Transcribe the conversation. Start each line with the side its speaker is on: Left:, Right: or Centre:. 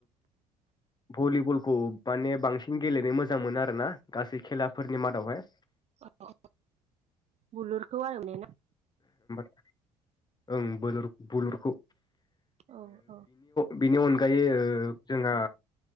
Left: भलिबलखौ माने बांसिन गेलेनो मोजां मोनो आरोना गासै खेलाफोरनि मादावहाय
Right: औ बुलुरखौ आरो ने ना
Left: ओम बुर बुलुरखौ
Right: औ औ
Left: बिनि अनगायै ओ जोंहा